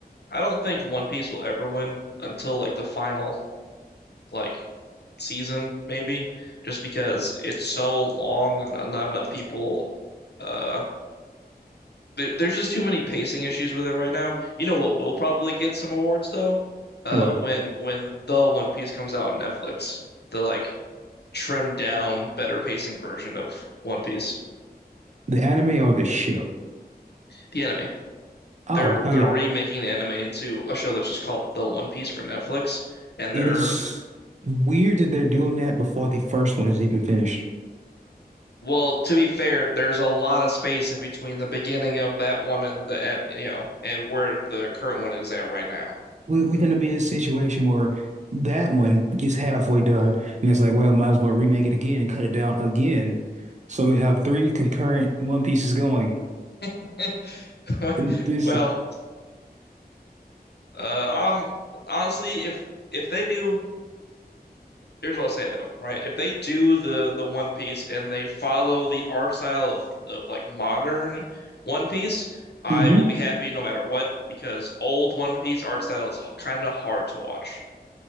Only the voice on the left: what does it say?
I don't think One Piece will ever win until like the final like season, maybe, just because it's so long and not enough people. Uh, there there's just too many pacing issues with it right now. You know what will probably get some awards though? Uh,
when when the One Piece comes out on Netflix, the like trimmed down, better pacing version of One Piece,
the anime.
They're
they're
remaking the anime into a show that's just called The One Piece for Netflix, and
they're
Well, to be fair, there's a lot of space in between the beginning of that one and the and, you know, and where the current one is at right now.
<laughs>
Well, uh, I'm honestly, if if they do, here's what I'll say though, right? If they do the the One Piece and they follow the art style of, of like modern One Piece, I
will be happy no matter what because old One Piece art style is kind of hard to watch.